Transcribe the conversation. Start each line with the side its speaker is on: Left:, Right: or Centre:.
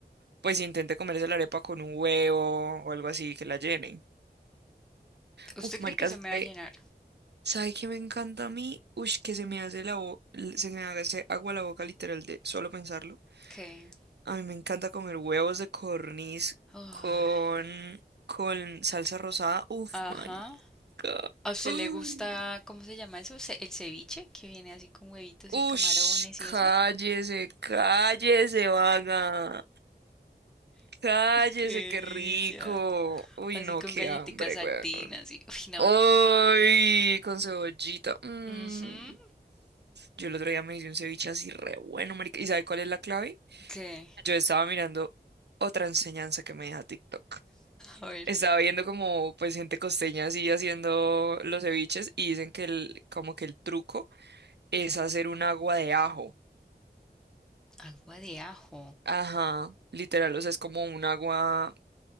Right: pues intente comerse la arepa con un huevo o algo así que la llenen.
Centre: ¿Usted
Right: Uf, marica,
Centre: cree que se
Right: ¿sabe,
Centre: me va a llenar?
Right: sabe qué me encanta a mí? Ush, que se me hace la bo- se me hace agua la boca literal de solo pensarlo.
Centre: ¿Qué?
Right: A mí me encanta comer huevos de corniz
Centre: Ay,
Right: con, con salsa rosada. Uf,
Centre: ajá.
Right: marica.
Centre: ¿A usted
Right: Ay.
Centre: le gusta, cómo se llama eso? Ce- El ceviche, que viene así con huevitos
Right: Ush,
Centre: y camarones y
Right: cállese,
Centre: eso.
Right: cállese, vaga. Cállese,
Centre: ¡Qué
Right: qué
Centre: delicia!
Right: rico. Uy,
Centre: Así
Right: no,
Centre: con
Right: qué
Centre: galletitas
Right: hambre,
Centre: saltinas
Right: güey
Centre: y... Uy, no.
Right: Uy, con cebollita. Mm.
Centre: Ujú.
Right: Yo el otro día me hice un ceviche así re bueno, marica. ¿Y sabe cuál es la clave?
Centre: ¿Qué?
Right: Yo estaba mirando otra enseñanza que me deja TikTok.
Centre: A ver.
Right: Estaba viendo como pues gente costeña así haciendo los ceviches y dicen que el, como que el truco es hacer un agua de ajo.
Centre: Agua de ajo.
Right: Ajá, literal, o sea, es como un agua